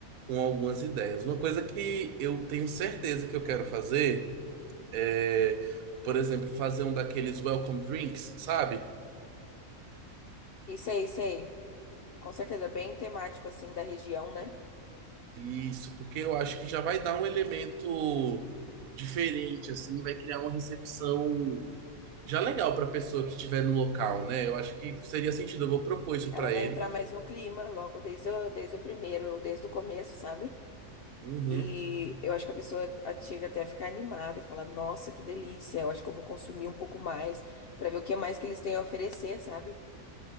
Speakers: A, on the right (about 75°); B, on the left (about 65°).
A: com algumas ideias. Uma coisa que eu tenho certeza que eu quero fazer é, por exemplo, fazer um daqueles welcome drinks, sabe?
B: Isso aí, isso aí. Com certeza, bem temático, assim, da região, né?
A: Isso, porque eu acho que já vai dar um elemento diferente, assim, vai criar uma recepção já legal para a pessoa que estiver no local, né? Eu acho que seria sentido, eu vou propor isso
B: Ela
A: para
B: vai
A: ele.
B: entrar mais no clima, logo desde o, desde o primeiro, desde o começo, sabe?
A: Uhum.
B: E eu acho que a pessoa a- chega até a ficar animada e fala, nossa, que delícia, eu acho que eu vou consumir um pouco mais pra ver o que mais que eles têm a oferecer, sabe?